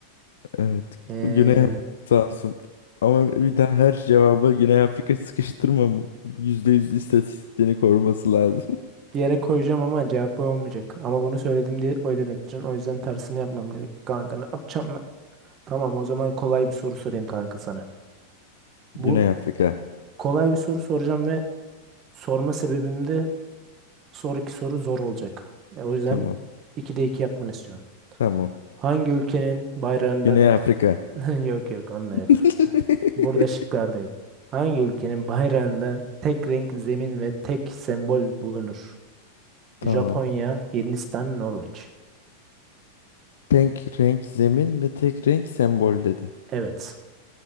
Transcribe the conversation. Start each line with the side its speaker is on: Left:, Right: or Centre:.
Left: evet
Right: Ee,
Left: Güney Afrika sağ olsun. Ama bir daha her cevaba Güney Afrika sıkıştırma. bu- Yüzde yüz istatistiğini koruması lazım.
Right: bir yere koyacağım ama cevap olmayacak. Ama bunu söyledim diye oylamak için. O yüzden tersini yapmam gerek kanka. Ne yapacağım Tamam o zaman kolay bir soru sorayım kanka sana. Bu
Left: Güney Afrika.
Right: kolay bir soru soracağım ve sorma sebebim de sonraki soru zor olacak. E, o yüzden
Left: Tamam.
Right: 2'de 2 yapmanı istiyorum.
Left: Tamam.
Right: Hangi ülkenin bayrağında
Left: Güney Afrika.
Right: <laughs> yok yok onda
Left: <laughs>
Right: yok. Burada şıklarda yok. Hangi ülkenin bayrağında tek renk zemin ve tek sembol bulunur?
Left: Tamam.
Right: Japonya, Hindistan, Norveç.
Left: Tek renk zemin ve tek renk sembol dedin.
Right: Evet.